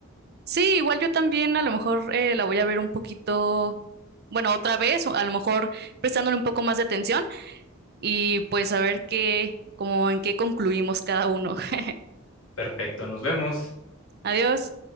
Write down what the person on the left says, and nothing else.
Perfecto, nos vemos.